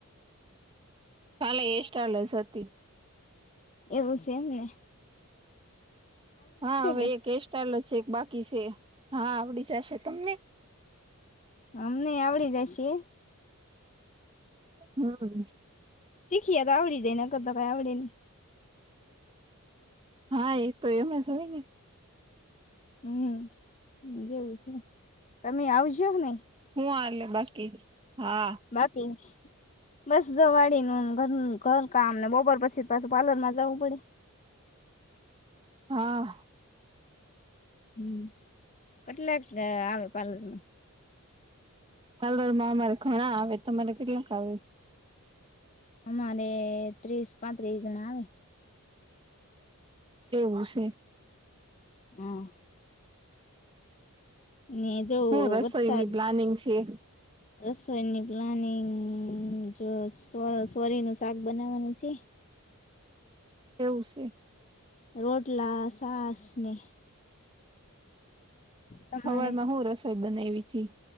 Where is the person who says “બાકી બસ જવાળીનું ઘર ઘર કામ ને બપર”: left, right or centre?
Left